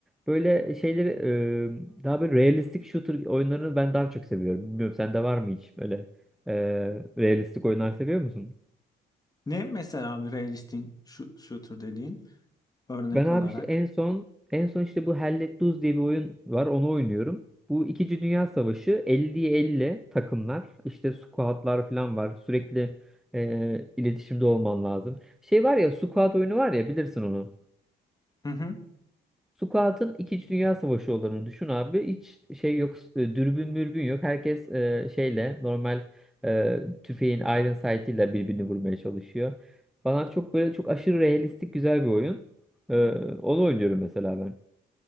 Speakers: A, in the centre; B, on the left.
A: Böyle şeyleri e, daha böyle realistik shooter oyunlarını ben daha çok seviyorum. Bilmiyorum sende var mı hiç böyle e, realistik oyunlar seviyor musun?
B: Ne mesela bir realistic shoot- shooter dediğin örnek
A: Ben abi
B: olarak?
A: işte en son en son işte bu Hell Let Loose diye bir oyun var. Onu oynuyorum. Bu İkinci Dünya Savaşı 50'ye 50 takımlar işte squadlar falan var. Sürekli e, iletişimde olman lazım. Şey var ya squad oyunu var ya bilirsin onu.
B: Hı hı.
A: Squad'ın İkinci Dünya Savaşı olduğunu düşün abi. Hiç şey yok e, dürbün mürbün yok. Herkes e, şeyle normal e, tüfeğin iron sight'ıyla birbirini vurmaya çalışıyor. Falan çok böyle çok aşırı realistik güzel bir oyun. E, onu oynuyorum mesela ben.